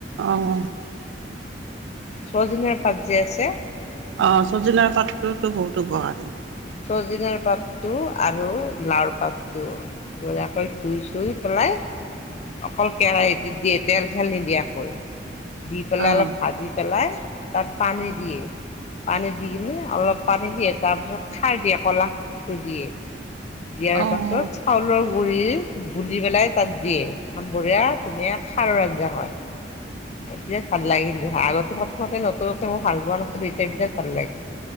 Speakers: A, on the right (about 85°); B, on the left (about 40°).
A: অহ।
B: সজিনাৰ পাত যে আছে
A: অহ সজিনাৰ পাতটোতো বহুতো উপকাৰী।
B: সজিনাৰ পাতটো আৰু লাওৰ পাতটো ধুনীয়াকৈ ধুই চুই পেলাই। অকল কেৰাহীতে দিয়ে তেল চেল নিদিয়াকৈ। দি পেলাই
A: অ',
B: অলপ ভাজি পেলাই তাত পানী দিয়ে, পানী দি কিনে অলপ পানী দিয়ে তাৰ পিছত খাৰ দিয়ে ক'লা খাৰটো দিয়ে, দিয়াৰ
A: অ'।
B: পাছত চাউলৰ গুৰিৰ গুলি পেলাই তাত দিয়ে, এখন বঢ়িয়া ধুনীয়া খাৰৰ আঞ্জা হয়। বিৰাট ভাল লাগে কিন্তু খাই, আগতে প্ৰথমতে নতুন নতুন মই ভাল পোৱা নাছিলো এতিয়া বিৰাট ভাল লাগে।